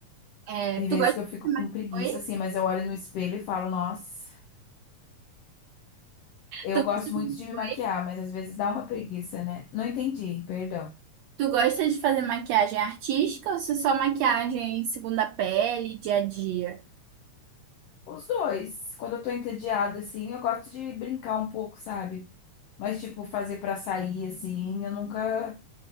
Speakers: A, on the right (about 80°); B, on the left (about 80°).
A: É,
B: Tem
A: tu
B: vezes
A: gosta
B: que eu
A: de
B: fico
A: fazer
B: com preguiça
A: maquiagem? Oi?
B: assim, mas eu olho no espelho e falo, nossa. Eu
A: Tu gosta
B: gosto muito
A: de...
B: de me
A: Oi?
B: maquiar, mas às vezes dá uma preguiça, né? Não entendi, perdão.
A: Tu gosta de fazer maquiagem artística ou se só maquiagem segunda pele, dia a dia?
B: Os dois. Quando eu tô entediada, assim, eu gosto de brincar um pouco, sabe? Mas, tipo, fazer pra sair, assim, eu nunca